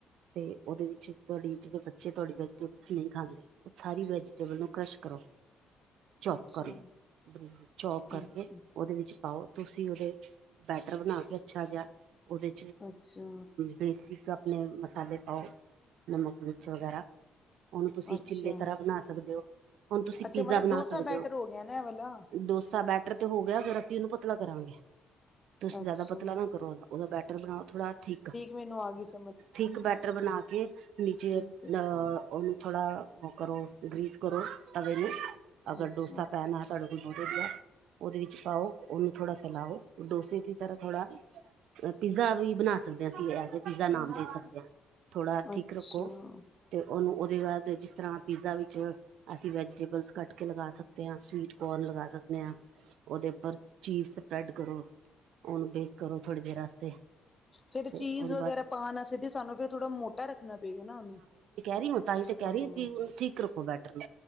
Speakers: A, on the right; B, on the left.
A: ਤੇ ਉਹਦੇ ਵਿੱਚ ਤੁਹਾਡੀ ਜਿਹੜੇ ਬੱਚੇ ਤੁਹਾਡੀ ਵੈਜੀਟੇਬਲ ਨਹੀਂ ਖਾਂਦੇ ਸਾਰੀ ਵੈਜੀਟੇਬਲ ਨੂੰ ਕ੍ਰਸ਼ ਕਰੋ ਚੋਪ
B: ਅੱਛਾ
A: ਕਰ ਲਿਆ ਚੋਪ ਕਰਕੇ
B: ਅੱਛਾ
A: ਉਹਦੇ ਵਿੱਚ ਪਾਓ ਤੁਸੀਂ ਉਹਦੇ ਬੈਟਰ ਬਣਾ ਕੇ ਅੱਛਾ ਜਿਹਾ ਉਹਦੇ
B: ਅੱਛਾ,
A: ਬੇਸਿਕ ਆਪਣੇ ਮਸਾਲੇ ਪਾਓ ਨਮਕ ਮਿਰਚ ਵਗੈਰਾ ਉਹਨੂੰ ਤੁਸੀਂ
B: ਅੱਛਾ,
A: ਚਿੱਲੇ ਤਰ੍ਹਾਂ ਬਣਾ ਸਕਦੇ ਹੋ ਹੁਣ ਤੁਸੀਂ
B: ਅੱਛਾ
A: ਪੀਜ਼ਾ
B: ਮਤਲਬ
A: ਬਣਾ
B: ਡੋਸਾ
A: ਸਕਦੇ
B: ਬੈਟਰ
A: ਹੋ
B: ਗਿਆ ਨਾ ਐ ਵਾਲਾ।
A: ਡੋਸਾ ਬੈਠ ਤੇ ਹੋ ਗਿਆ ਅਗਰ ਅਸੀਂ ਉਹਨੂੰ ਪਤਲਾ ਕਰਾਂਗੇ ਤੁਸੀਂ
B: ਅੱਛਾ,
A: ਜ਼ਿਆਦਾ ਪਤਲਾ ਨਾ ਕਰੋ ਉਹਦਾ ਬੈਟਰ ਬਣਾਓ ਥੋੜਾ ਠੀਕ
B: ਮੈਨੂੰ ਆ ਗਈ ਸੀ
A: ਥਕ ਬੈਟਰ ਬਣਾ ਕੇ ਨੀਚੇ
B: ਠੀਕ
A: ਅ
B: ਐ,
A: ਉਹਨੂੰ ਥੋੜ੍ਹਾ ਉਹ ਗਰੀਸ ਕਰੋ ਤਵੇ ਨੂੰ। ਅਗਰ
B: ਅੱਛਾ,
A: ਡੋਸਾ ਪੈਣਾ ਤੁਹਾਡੇ ਬਧ ਦੀਆ ਉਹਦੇ ਵਿੱਚ ਪਾਓ ਉਹਨੂੰ ਥੋੜਾ ਫੈਲਾਓ ਡੋਸੇ ਦੀ ਤਰ੍ਹਾਂ ਥੋੜਾ ਪੀਜ਼ਾ ਵੀ ਬਣਾ ਸਕਦੇ ਹਾਂ ਅਸੀਂ ਪੀਜ਼ਾ ਨਾਮ ਦੇ ਸਕਦੇ ਹਾਂ। ਥੋੜ੍ਹਾ ਥੀਕ
B: ਅੱਛਾ,
A: ਰੱਖੋ ਤੇ ਉਹਨੂੰ ਉਹਦੇ ਬਾਅਦ ਜਿਸ ਤਰ੍ਹਾਂ ਪੀਜ਼ਾ ਵਿੱਚ ਅਸੀਂ ਵੈਜੀਟੇਬਲ ਕੱਟ ਕੇ ਲਗਾ ਸਕਦੇ ਹਾਂ। ਸਵੀਟ ਕੋਰਨ ਲਗਾ ਸਕਦੇ ਹਾਂ। ਉਹਦੇ ਉੱਪਰ ਚੀਜ਼ ਸਪਰੈਡ ਕਰੋ ਓਨੂੰ ਬੇਕ ਕਰੋ ਥੋੜੀ ਦੇਰ ਵਾਸਤੇ
B: ਫੇਿਰ ਚੀਜ਼
A: ਤੇ ਉਹਦੇ
B: ਵਗੈਰਾ
A: ਬਾਅਦ
B: ਪਾਉਣ ਵਸੇ ਤੇ ਸਾਨੂੰ ਫਿਰ ਥੋੜਾ ਮੋਟਾ ਰੱਖਣਾ ਪਏਗਾ ਨਾ ਉਹਨੂੰ
A: ਨਹੀਂ ਤਾਂ ਤੇ ਕਹਿ
B: ਹਾਂ,
A: ਰਹੀ ਥੀਕ ਰੱਖੋ ਬੈਟਰ ਨੂੰ